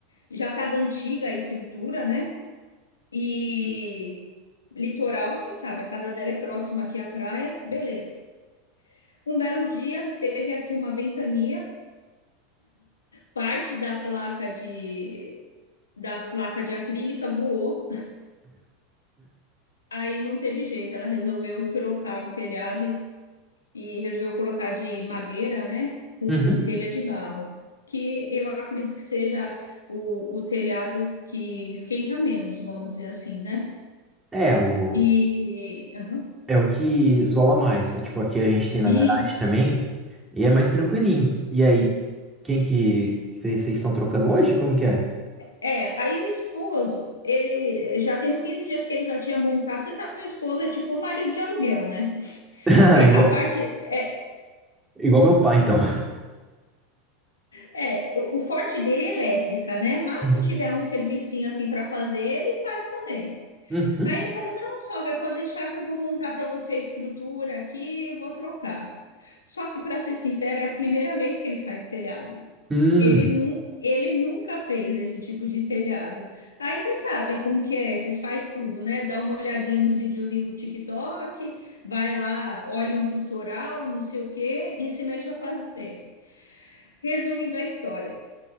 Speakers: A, on the left; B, on the right.
A: já estava antiga a estrutura, né? E litoral, você sabe, a casa dela é próxima aqui à praia, beleza. Um belo dia teve aqui uma ventania parte da placa de da placa de acrílica voou. Aí não teve jeito, ela resolveu trocar o telhado e, e resolveu colocar de madeira, né, com
B: uhum.
A: telha de barro, que eu acredito que seja o, o telhado que esquenta menos, vamos dizer assim, né?
B: É, o,
A: E aham,
B: é o que isola mais. É tipo, aqui a gente tem na
A: isso.
B: garagem também, e é mais tranquilinho. E aí, Quem que vocês estão trocando hoje? Como que é? <laughs>
A: É, aí o esposo, ele já tem uns 15 dias que ele já tinha montado. Você sabe, meu esposo é tipo um marido de aluguel, né?
B: Ah,
A: É,
B: Igual,
A: a parte, é,
B: igual meu pai, então.
A: É, eu- o forte dele é elétrica, né? Mas
B: Uhum.
A: se tiver um servicinho assim para fazer, ele faz também.
B: Uhum.
A: Aí ele falou: Não, sogra, pode deixar que eu vou montar para você a estrutura aqui, eu vou trocar. Só que, para ser sincera, é a primeira vez que ele faz telhado.
B: Hum.
A: Ele, nu ele nunca fez esse tipo de telhado. Aí você sabe como que é, esses faz tudo, né? Dá uma olhadinha nos videozinhos do TikTok, vai lá, olha um tutorial, não sei o quê, e se mexe a fazer. Resumindo a história.